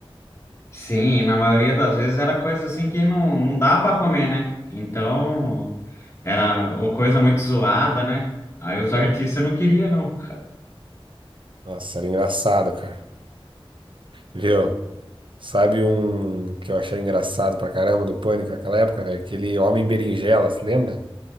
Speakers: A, on the left; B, on the right.
A: Sim, na maioria das vezes era coisa assim que não, não dá para comer, né? Então, era ou coisa muito zoada, né? Aí os <laughs> artistas não queriam, não.
B: Nossa, era engraçado, cara. Viu? Sabe um que eu achei engraçado pra caramba do Pânico naquela época, velho? Aquele homem berinjela, se lembra?